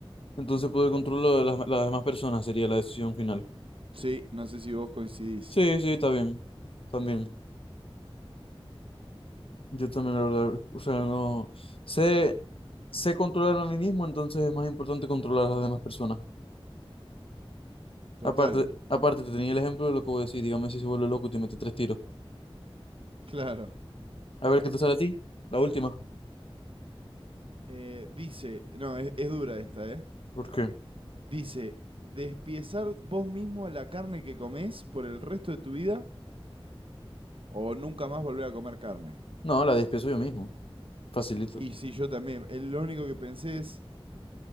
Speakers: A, on the left; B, on the right.
A: Entonces poder controlar de las, las demás personas sería la decisión final.
B: Sí, no sé si vos coincidís.
A: Sí, sí, está bien. También. Yo también, la verdad. O sea, no. Sé, sé controlar a mí mismo, entonces es más importante controlar a las demás personas.
B: Total,
A: Aparte, aparte, te tenía el ejemplo de lo que voy a decir. Dígame si se vuelve loco y te mete tres tiros.
B: claro.
A: A ver qué te sale a ti. La última.
B: Eh, dice, no, es, es dura esta, ¿eh?
A: ¿Por qué?
B: Dice, despiezar vos mismo la carne que comés por el resto de tu vida O nunca más volver a comer carne.
A: No, la despiezo yo mismo. Facilito.
B: Y sí, yo también. Eh, Lo único que pensé es,